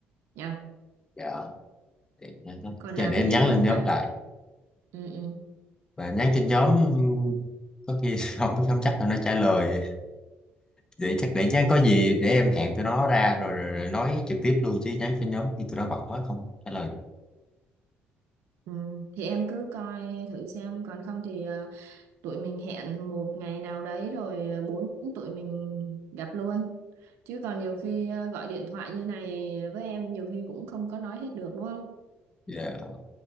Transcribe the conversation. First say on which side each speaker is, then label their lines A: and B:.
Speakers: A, on the right (about 80°); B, on the left (about 20°).
A: nha
B: dạ để,
A: còn
B: để
A: làm
B: em
A: cái gì
B: nhắn
A: nữa không
B: lên nhóm
A: ta
B: lại
A: ừ, ừ,
B: và nhắn trên nhóm có khi <laughs> không không chắc là nó trả lời vậy Vậy chắc để nhắn có gì để em hẹn tụi nó ra rồi rồi, rồi nói trực tiếp luôn chứ nhắn trên nhóm thì tụi nó bận quá không trả lời
A: ừ. thì em cứ coi thử xem còn không thì ờ, tụi mình hẹn một ngày nào đấy rồi ờ, bốn tụi mình gặp luôn chứ còn nhiều khi ờ, gọi điện thoại như này với em nhiều khi cũng không có nói hết được đúng không
B: Dạ, ok